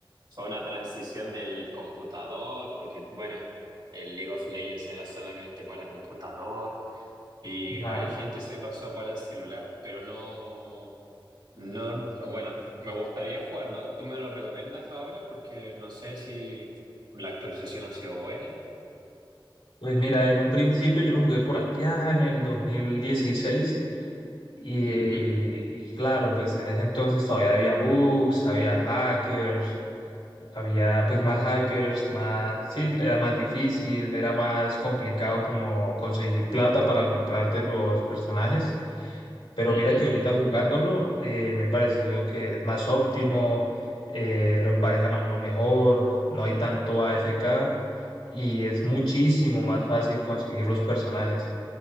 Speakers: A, on the right; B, on the left.
A: fue una transición del computador, porque bueno, el League of Legends era solamente para computador y
B: Ajá.
A: varias gente se pasó para el celular, pero no, no, bueno, me gustaría jugar, ¿no? ¿Tú me lo recomiendas ahora? Porque no sé si la actualización ha sido buena.
B: Pues mira, en un principio yo lo jugué por allá en el 2016 y, eh,
A: Ujú,
B: y claro, pues en ese entonces todavía había bugs, había hackers, había pues más hackers, más, sí, era más difícil, era más complicado como conseguir plata para comprarte los personajes. pero
A: ujú.
B: mira que ahorita jugándolo eh, me ha parecido que es más óptimo, eh, lo emparejan a uno mejor, no hay tanto AFK y es muchísimo más fácil conseguir los personajes.